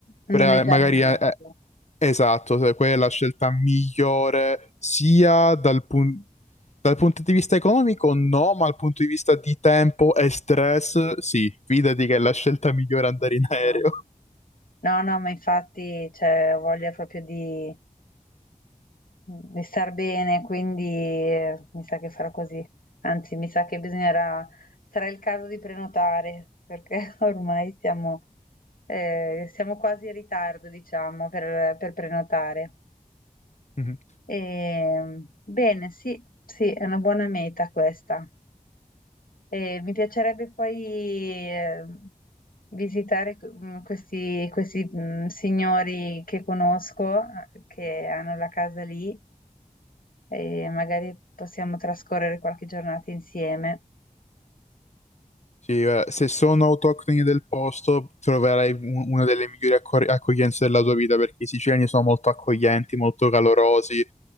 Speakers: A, on the left (about 90°); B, on the left (about 55°).
A: Noleggiare
B: pre- magari
A: un'auto.
B: eh, eh, Esatto, se quella è la scelta migliore sia dal, pun- dal punto di vista economico, no, ma dal punto di vista di tempo e stress, sì, fidati che è la scelta migliore andare
A: Sì,
B: in aereo.
A: no, no. No, no, ma infatti, cioè, ho voglia proprio di, di star bene, quindi eh, mi sa che farò così. Anzi, mi sa che bisognerà, sarà il caso di prenotare, perché <laughs> ormai siamo, eh, siamo quasi in ritardo, diciamo, per, per prenotare.
B: Mhm.
A: E, bene, sì, sì, è una buona meta questa. E mi piacerebbe poi, eh, visitare mm, questi, questi, mm, signori che conosco, eh, che hanno la casa lì, e magari possiamo trascorrere qualche giornata insieme.
B: Sì, eh, se sono autoctoni del posto, troverai un- una delle migliori accor- accoglienze della tua vita perché i siciliani sono molto accoglienti, molto calorosi,